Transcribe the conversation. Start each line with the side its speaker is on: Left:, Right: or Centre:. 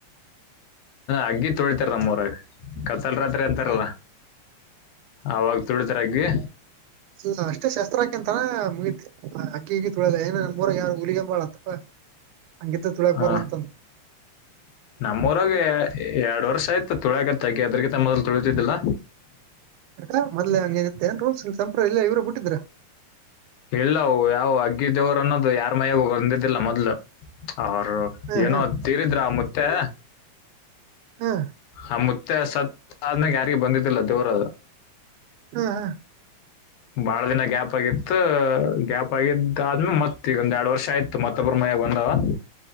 Left: ಅಗ್ಗಿ ತೊಳಿತಾರೆ ನಮ್ಮವರಾಗ ಕತ್ತಲ್ ರಾತ್ರಿ ಅಂತಾರಲ್ಲ ಅವಾಗ ತುಳಿತರಗಿ
Right: ಇಲ್ಲ ಅಷ್ಟೇ ಶಸ್ತ್ರಾಕಿ ಅಂತಾನ ಮುಗತಿಅಕ್ಕಿ ಹಗಿ ತೊಳಲ್ಲ ಏನ ನಮ್ಮ್ಊರಗೆ ಯಾರು ಹುಲಿಗಂಬಾಳ ಅಂತಪ್ಪಾ ಹಂಗಿದ್ದ ತುಳಿಯಕ್
Left: ಹ
Right: ಬರ್ಲ್ಲ ಅಂತಂತ
Left: ನಮ್ಮೂರಾಗ ಎರಡ್ ವರ್ಷ ಆಯ್ತು ತುಳಕ ತಗಿ ಅದ್ರ ಮೊದಲು ತೊಳತಿದ್ದಿಲ್ಲ
Right: ಅ ಮೊದ್ಲೆ ಹಂಗ ಏನತ್ತ ಏನ್ ರೋಲ್ಸ್ ಸಂಪ್ರ ಇಲ್ಲ ಇವರು ಬಿಟ್ಟಿದ್ರ
Left: ಇಲ್ಲವು ಯಾವ ಅಗ್ಗ ದೇವರು ಅನ್ನೋದು ಯಾರ್ ಮೈಾಗ ಬಂದಿದ್ದಿಲ್ಲ ಮೊದ್ಲು ಅವರು
Right: ಹ್ಮ್
Left: ಏನೋ ತೀರಿದ್ರ ಆ ಮುತ್ತೆ
Right: ಹ್ಮ್
Left: ಹ ಮುತ್ತೆ ಸತ್ ಆದನಾಗ ಯಾರಿಗ ಬಂದಿದ್ದಿಲ್ಲ ದೇವರದು
Right: ಹಾ ಹಾ
Left: ಹ ಬಾಳ ದಿನ ಗ್ಯಾಪ್ ಆಗಿತ್ತು ಗ್ಯಾಪ್ ಆಗಿದ್ದಾದ್ಮೇ ಮತ್ತತ್ ಈಗೊಂದ ಎರಡು ವರ್ಷ ಆಯ್ತು ಮತ್ತೊಬ್ಮಯ ಬಂದ ಹ